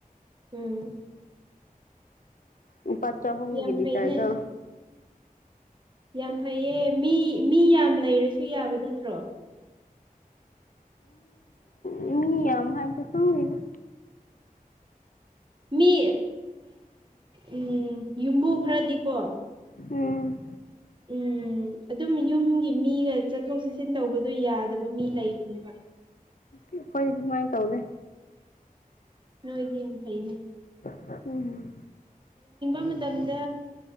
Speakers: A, on the right; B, on the left.
A: ꯎꯝ
B: ꯂꯨꯄꯥ ꯆꯥꯍꯨꯝꯒꯤ
A: ꯌꯥꯝ
B: ꯂꯤꯇꯔꯗꯣ
A: ꯐꯩꯅꯦ ꯌꯥꯝ ꯐꯩꯌꯦ ꯃꯤ ꯃꯤ ꯌꯥꯝ ꯂꯩꯔꯁꯨ ꯌꯥꯕ ꯅꯠꯇ꯭ꯔꯣ
B: ꯃꯤ ꯌꯥꯝꯃꯥꯗꯤ ꯈꯪꯗꯦꯗꯥ
A: ꯃꯤ ꯎꯝ ꯌꯨꯝꯕꯨ ꯈꯔꯗꯤꯀꯣ
B: ꯎꯝ
A: ꯎꯝꯝ ꯑꯗꯨꯝ ꯌꯨꯝꯒꯤ ꯃꯤꯒ ꯆꯠꯊꯣꯛ ꯆꯠꯁꯤꯟ ꯇꯧꯕꯗꯨꯣ ꯌꯥꯗꯕ ꯃꯤ ꯂꯩꯕꯅꯦꯕ
B: ꯑꯩꯈꯣꯏꯗꯤ ꯑꯗꯨꯃꯥꯏꯅ ꯇꯧꯗꯦ
A: ꯅꯣꯏꯣꯏꯗꯤ ꯌꯥꯝꯅꯥ ꯐꯩꯅꯦ
B: ꯎꯝ
A: ꯍꯧ ꯃꯇꯝꯗ